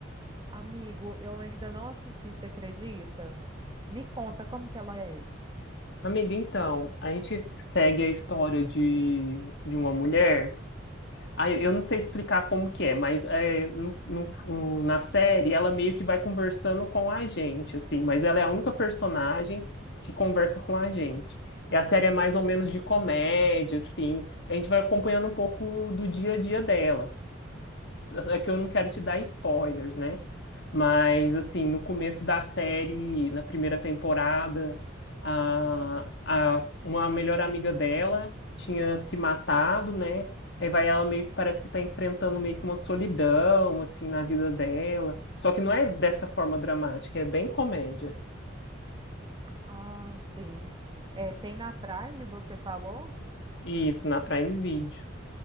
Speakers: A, on the right; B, on the left.
A: Amigo, eu ainda não assisti, você acredita? Me conta como que ela é.
B: Amiga, então, a gente segue a história de, de uma mulher. Ah, eu não sei te explicar como que é, mas é, no- no- no- na série ela meio que vai conversando com a gente, assim, mas ela é a única personagem que conversa com a gente. E a série é mais ou menos de comédia, assim, e a gente vai acompanhando um pouco do dia a dia dela. É que eu não quero te dar spoilers, né? Mas, assim, no começo da série, na primeira temporada, a, a, uma melhor amiga dela tinha se matado, né? Aí vai ela meio que parece que tá enfrentando meio que uma solidão, assim, na vida dela. Só que não é dessa forma dramática, é bem comédia.
A: Ah, sim. É, tem na Prime, você falou?
B: Isso, na Prime Video.